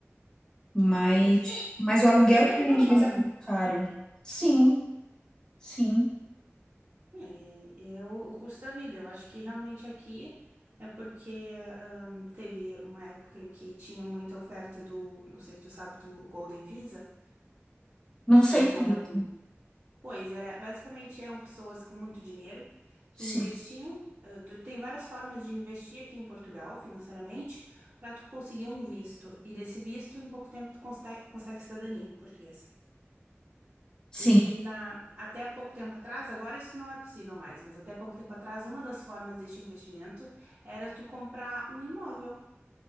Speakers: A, on the left; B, on the right.
A: Mas,
B: Pois é,
A: mas o aluguel
B: é o
A: também
B: que é normal,
A: às vezes
B: né?
A: é muito caro. Sim, sim.
B: É, é o, o custo da vida. Eu acho que realmente aqui é porque ahn, teve uma época em que tinha muita oferta do, não sei se tu sabe, do Golden Visa,
A: Não
B: que
A: sei muito.
B: eram Pois era, basicamente eram pessoas com muito dinheiro que
A: Sim,
B: investiam. eh, tu, tem várias formas de investir aqui em Portugal financeiramente para tu conseguir um visto. E desse visto, em pouco tempo, tu consegue, consegue cidadania portuguesa.
A: sim.
B: E na, até pouco tempo atrás, agora isso não é possível mais, mas até pouco tempo atrás, uma das formas deste investimento era tu comprar um imóvel.